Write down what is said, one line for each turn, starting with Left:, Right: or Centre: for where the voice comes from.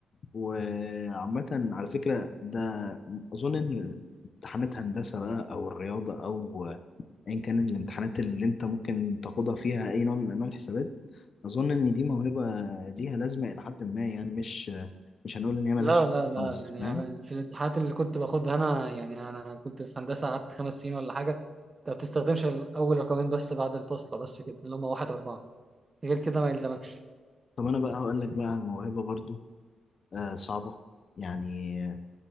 Left: وعامه على فكره ده اظن ان امتحانات هندسه بقى او الرياضه او ايا كان الامتحانات اللي انت ممكن تاخدها فيها اي نوع من انواع الحسابات اظن ان دي موهبه ليها لازمه الى حد ما يعني مش مش هنقول ان هي ملهاش
Right: لا لا لا
Left: خالص
Right: يعني
Left: فاهم
Right: يعني في الامتحانات اللي كنت باخدها أنا يعني أنا كنت في هندسة قعدت خمس سنين ولا حاجة أنت ما بتستخدمش الأول رقمين بس بعد الفصل بس كده اللي هم واحد أربعة غير كده ما يلزمكش
Left: طب انا بقى هقول لك بقى عن موهبه برضو آه، صعبة يعني آه،